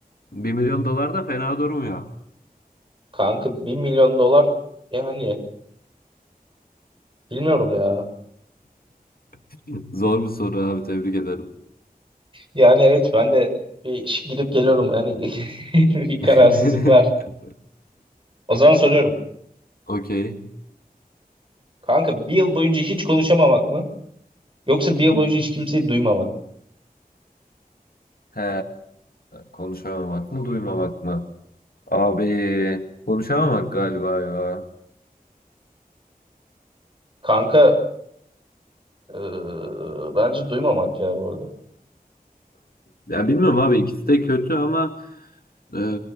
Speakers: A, on the left (about 70°); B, on the right (about 35°).
A: bir milyon dolar da fena durmuyor.
B: kanka bir milyon dolar yani bilmiyorum ya.
A: <laughs> Zor bir soru abi tebrik ederim.
B: Yani evet ben de bir ş- gidip geliyorum yani <laughs> bir kararsızlık
A: <laughs>
B: var. O zaman soruyorum.
A: Okey.
B: Kanka bir yıl boyunca hiç konuşamamak mı? Yoksa bir yıl
A: Hı.
B: boyunca hiç kimseyi duymamak?
A: He, konuşamamak mı duymamak mı? Abi konuşamamak galiba ya.
B: Kanka eee, bence duymamak ya bu arada.
A: Ya bilmiyorum abi ikisi de kötü ama e,